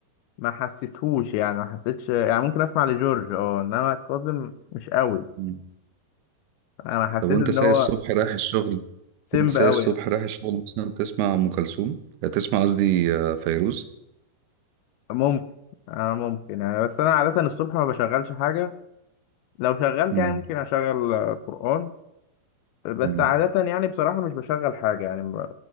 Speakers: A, on the left; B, on the right.
A: ما حسيتهوش يعني ما حسيتش يعني ممكن اسمع لجورج اه انما كاظم مش قوي
B: مم.
A: انا حسيت
B: طب وأنت
A: ان
B: سايق
A: هو
B: الصبح رايح الشغل
A: سيمب
B: وأنت سايق
A: قوي
B: الصبح
A: يعني
B: رايح الشغل مثلا تسمع أم كلثوم آه، تسمع قصدي آه، فيروز
A: ممكن آه ممكن يعني بس انا عاده الصبح ما بشغلش حاجه لو شغلت
B: مم.
A: يعني ممكن اشغل آه، قرآن بس
B: مم.
A: عادة يعني بصراحة مش بشغل حاجة يعني ب-